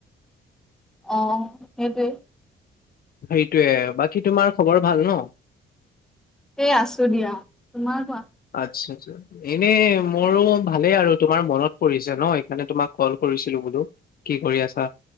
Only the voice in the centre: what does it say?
অহ সেইটোৱে।
এই আছো দিয়া, তোমাৰ কোৱা?